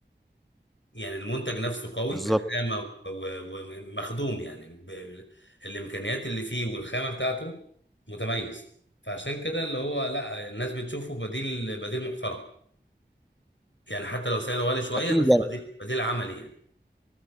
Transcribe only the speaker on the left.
يعني المنتج نفسه قوي
كخامة و- و- ومخدوم يعني ب- الإمكانيات اللي فيه والخامة بتاعته متميز فعشان كده اللي هو لا الناس بتشوفه بديل بديل محترم يعني حتى لو سعره غالي شوية
بس
بديل بديل عملي يعني